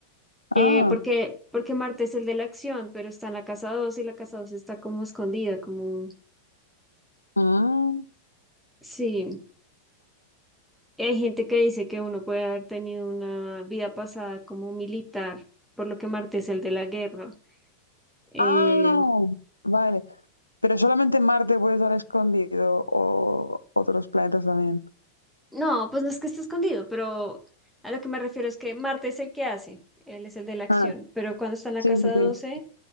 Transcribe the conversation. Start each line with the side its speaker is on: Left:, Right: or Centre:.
Centre: Eh,
Left: Ah.
Centre: porque, porque Marte es el de la acción, pero está en la casa doce y la casa doce está como escondida, como...
Left: mm.
Centre: Sí, Hay gente que dice que uno puede haber tenido una vida pasada como militar, por lo que Marte es el de la guerra. Eh,
Left: Ah, vale. Pero solamente en Marte puede estar escondido o otros planetas también.
Centre: no, pues no es que esté escondido, pero a lo que me refiero es que Marte es el que hace, él es el de la acción,
Left: Ah,
Centre: pero cuando está en la
Left: sí,
Centre: casa
Left: sí, sí.
Centre: doce